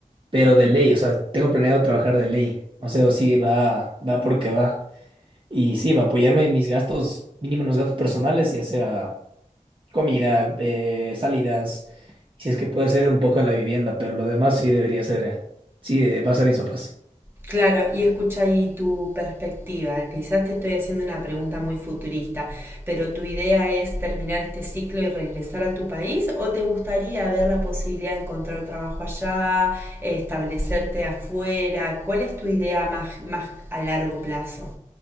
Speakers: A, on the right; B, on the right.
A: pero de ley, o sea, tengo planeado trabajar de ley. O sea, sí, va, va porque va. Y sí, va a apoyarme en mis gastos, mínimo en los gastos personales, ya sea comida, eh, salidas, y si es que puede ser un poco la vivienda, pero lo demás sí debería ser, eh, sí, eh, va a ser mis papás.
B: Claro, y escucha ahí tu perspectiva. Quizás te estoy haciendo una pregunta muy futurista, pero ¿tu idea es terminar este ciclo y regresar a tu país o te gustaría ver la posibilidad de encontrar trabajo allá, establecerte afuera? ¿Cuál es tu idea más, más a largo plazo?